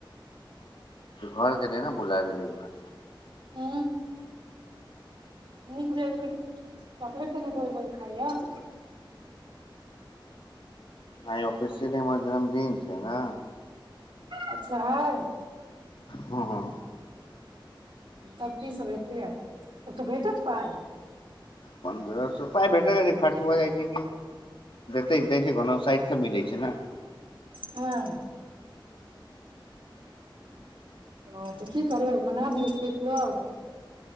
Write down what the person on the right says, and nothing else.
हू नीक भेल कनि चॉकलट तऽ नहि बोल बोल खाइय <inaudible>
अच्छा हई
तब की सब हेतैै आई तब तऽ भेटत पाई
ह्म्म्म ओ तऽ की करबै मना दियौ केक लआउ